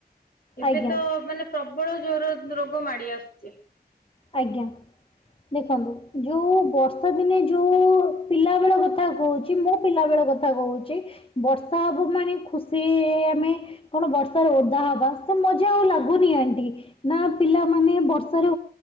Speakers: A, on the left; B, on the left.
A: ଏବେ
B: ଆଜ୍ଞା
A: ତ ମାନେ ପ୍ରବଳ ଜୋର ରୋଗ ମାଡି ଆସୁଛି।
B: ଆଜ୍ଞା। ଦେଖନ୍ତୁ, ଯୋଉ ବର୍ଷା ଦିନେ ଯୋଉ ପିଲା ବେଳ କଥା କହୁଛି ମୋ ପିଲା ବେଳ କଥା କହୁଛି ବର୍ଷା ହେବ ମାନେ ଖୁସି ଆମେ କଣ ବର୍ଷାରେ ଓଦା ହବା ସେ ମଜା ଆଉ ଲାଗୁନି ଆଣ୍ଟି। ନା ପିଲାମାନେ ବର୍ଷାରେ